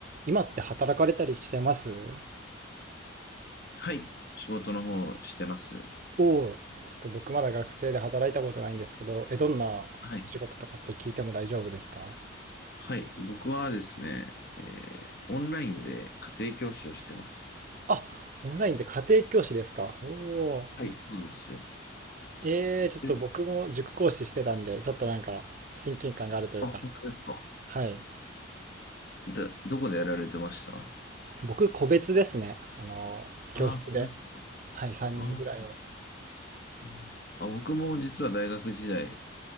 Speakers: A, on the right (about 40°); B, on the left (about 50°).
A: 今って働かれたりしてます
B: はい。仕事の方をしてます。
A: をちょっと僕まだ学生で働いたことないんですけどえどんなお仕事とかって聞いても大丈夫ですか
B: はい。はい。僕はですね、えーオンラインで家庭教師をしてます。
A: あオンラインで家庭教師ですかおお
B: はい、そうなんですよ。
A: ーえー、ちょっと僕も塾講師してたんでちょっとなんか親近感があるというか
B: えあ、本当ですか。
A: はい
B: で、どこでやられてましたあ
A: 僕個別ですねあの教室で
B: あー、個別か。
A: はい3人ぐらいを
B: あーあー、あ僕も実は大学時代、